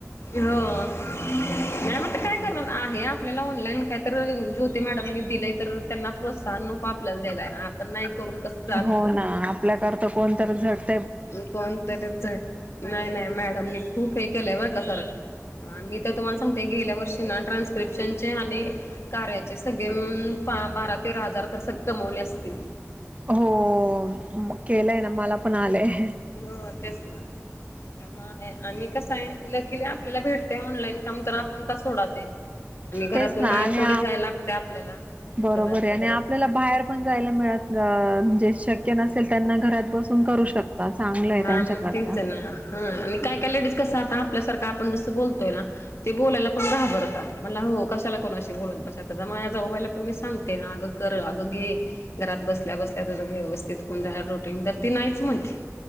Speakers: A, on the left; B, on the right.
A: हो नाही म काय करणार आहे आपल्याला ऑनलाईन काहीतरी ज्योती मॅडमने दिले तर त्यांना प्रोत्साहन नको आपल्याला दिला आहे आपण नाही करून कसं चालल
B: हो ना आपल्याकरता कोणतर झट
A: कोण तरी झट नाही नाही मॅडम मी खूप हे केलंय बरं का सर मी तर तुम्हाला सांगते गेल्या वर्षी ना ट्रान्स्क्रिप्शन चे आणि कार्याचे सगळे मिळून बारा तेरा हजार तर सक् कमवले असतील.
B: हो केलंय ना मला पण आलंय.
A: हो तेच ना त्याच्या म आहे. आणि कस आहे लकिले आपल्याला भेटते ऑनलाईन काम तर आपण का सोडा ते. आणि घरातून
B: तेच ना
A: बाहेर
B: आणि
A: थोडी जायला लागते आपल्याला.
B: बरोबर
A: घरातल्या
B: आहे आणि
A: घरात
B: आपल्याला बाहेर पण जायला मिळत जे शक्य नसेल. त्यांना घरात बसून करू शकत. चांगलं आहे
A: हा
B: त्यांच्याकरता
A: मग तेच ना ह आणि काय काय लेडीज कसं आपल्यासारखं आपण जस बोलतोय ना ते बोलायला पण घाबरतात म्हणल हो कशाला कोणाशी बोलत बसायचं. माझ्याबाला पण मी सांगते ना अगं कर अगं घे घरात बसल्या बसल्या त व्यवस्थित होऊन. रोटी तर ती नाहीच म्हणते